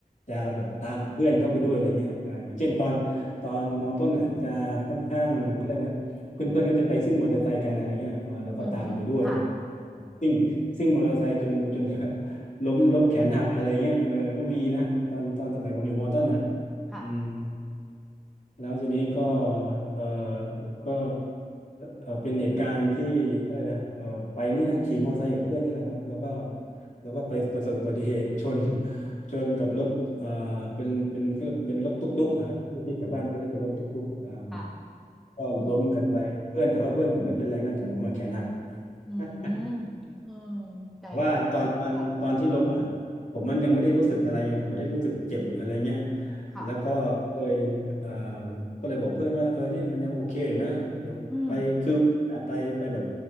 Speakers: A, on the left; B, in the centre.
A: จะแบบตามเพื่อนเข้าไปด้วยอะไรเงี้ยอ่าอย่างเช่นตอนตอนมอต้นอ่ะจะค่อนข้างเขาเรียกนะ เพื่อนๆก็จะไปซิ่งมอเตอร์ไซค์กันอะไรเงี้ยเออแล้วก็ตามไปด้วย
B: อืมฮึค่ะ
A: ซิ่งซิ่งมอเตอร์ไซค์จนจน <laughs> แบบล้มรถแขนหักอะไรเงี้ยเออก็มีนะตอนตอนสมัยผมอยู่มอต้นอ่ะ
B: ค่ะ
A: อืมแล้วทีนี้ก็เออก็เออเป็นเหตุการณ์ที่ก็เลยกอะไรนะเออไปนี่นะขี่มอเตอร์ไซค์กับเพื่อนนี่แหละครับแล้วก็แล้วก็ไปประสบอุบัติเหตุชน <laughs> ชนกับรถเอ่อเป็นเป็นก็เรียกเป็นรถตุ๊กๆอะครับที่แถวบ้านก็เรียกเป็นรถตุ๊กๆอ่า
B: ค่ะ
A: ก็ล้มกันไปเพื่อนแต่ว่าเพื่อนผมไม่เป็นไรนะแต่ผมมาแขนหัก
B: อืมอื
A: นะ
B: มอืมแต่
A: เพราะว่าตอนตอนตอนที่ล้มอ่ะ
B: ค่ะ
A: ผมมันยังไม่ได้รู้สึกอะไรไงผมไม่ได้รู้สึกเจ็บหรืออะไรเงี้ย
B: ค่ะ
A: แล้วก็เคยเอ่อก็เลยบอกเพื่อนว่าเออเนี่ยมันยังโอเคอยู่นะเดี๋ยวไปคือ
B: อืม
A: ไปไปแบบ